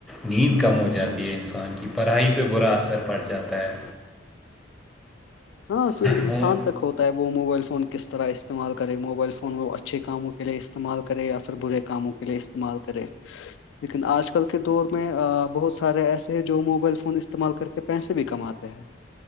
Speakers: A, in the centre; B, on the left (about 80°).
A: نیند کم ہو جاتی ہے انسان کی پڑھائی پہ برا اثر پڑ جاتا ہے
B: ہاں پھر انسان
A: فون
B: تک ہوتا وہ موبائل فون کس طرح استعمال کرے موبائل فون وہ اچھے کاموں کے لیے استعمال کرے یا پھر برے کاموں کے کے لیے استعمال کریں لیکن آج کل کے دور میں بہت سارے ایسے ہیں جو موبائل فون استعمال کر کے پیسے بھی کماتے ہیں